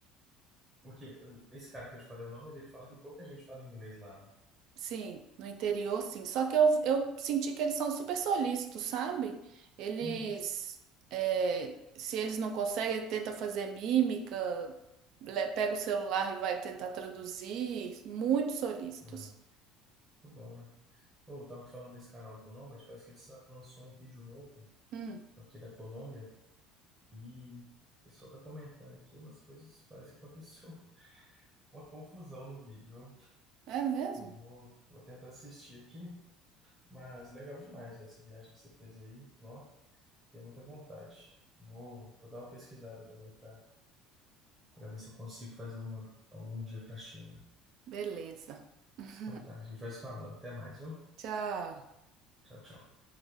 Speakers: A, on the right (about 15°); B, on the right (about 55°).
A: Porque eu- esse cara que eu te falei o nome, ele fala que pouca gente fala inglês lá, né?
B: Sim, no interior, sim. Só que eu, eu senti que eles são super solícitos, sabe? Eles,
A: Uhum.
B: é, se eles não conseguem, tenta fazer mímica, le- pega o celular e vai tentar traduzir. Muito solícitos.
A: Ah, que bom, né? Ou eu tava te falando desse canal do Nomad, parece que ele sa- lançou um vídeo novo
B: Hum,
A: aqui da Colômbia e o pessoal tá comentando aqui umas coisas, parece que aconteceu <laughs> uma confusão no vídeo, viu?
B: é mesmo?
A: Eu vou, vou tentar assistir aqui, mas legal demais essa viagem que você fez aí, nó, tem muita vontade. Vou, vou dar uma pesquisada também pra para ver se eu consigo fazer uma algum dia para a China.
B: Beleza. <laughs>
A: Então tá, a gente vai se falando. Até mais, viu?
B: Tchau.
A: Tchau, tchau.